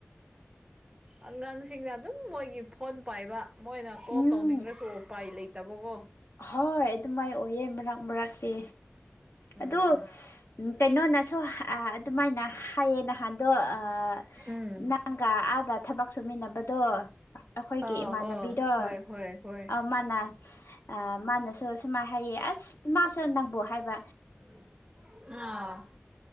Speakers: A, on the right (about 15°); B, on the left (about 80°).
A: ꯑꯉꯥꯡꯁꯤꯡꯅ ꯑꯗꯨꯝ ꯃꯣꯏꯒꯤ ꯐꯣꯟ ꯄꯥꯏꯕ꯫ ꯃꯣꯏꯅ ꯀꯣꯜ
B: ꯎꯝ
A: ꯇꯧꯅꯤꯡꯔꯁꯨ ꯎꯄꯥꯏ ꯂꯩꯇꯕꯀꯣ꯫
B: ꯍꯣꯏ ꯑꯗꯨꯃꯥꯏ ꯑꯣꯏꯌꯦ ꯃꯔꯛ ꯃꯔꯛꯇꯤ
A: ꯎꯝ
B: ꯑꯗꯨ꯫ ꯀꯩꯅꯣꯅꯁꯨ ꯑ ꯑꯗꯨꯃꯥꯏꯅ ꯍꯥꯏꯌꯦ ꯅꯍꯥꯟꯗꯣ ꯑꯥ꯫
A: ꯎꯝ
B: ꯅꯪꯒ ꯑꯥꯗ ꯊꯕꯛ ꯁꯨꯃꯤꯟꯅꯕꯗꯣ꯫ ꯑꯩꯈꯣꯏꯒꯤ
A: ꯑꯥꯎ
B: ꯏꯃꯥꯟꯅꯕꯤꯗꯣ
A: ꯑꯥꯎ ꯍꯣꯏ ꯍꯣꯏ ꯍꯣꯏ
B: ꯑ ꯃꯥꯅ ꯑ ꯃꯥꯅꯁꯨ ꯁꯨꯃꯥꯏ ꯍꯥꯏꯌꯦ ꯑꯁ ꯃꯥꯁꯨ ꯅꯪꯕꯣ ꯍꯥꯏꯕ
A: <unintelligible>